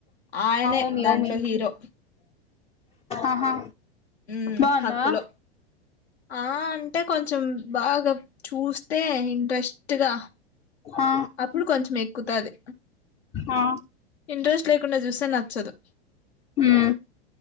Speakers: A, on the left; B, on the left.
A: ఆయనే
B: ఓమి
A: దాంట్లో
B: ఓమి
A: హీరో.
B: ఆహా
A: మ్
B: బాగుందా.
A: హక్కులో ఆ అంటే కొంచెం బాగా చూస్తే ఇంట్రెస్ట్గా.
B: ఆ
A: అప్పుడు కొంచెం ఎక్ క్కుతది.
B: ఆ
A: ఇంట్రెస్ట్ లేకుండా చూస్తే నచ్చదు.
B: హ్మ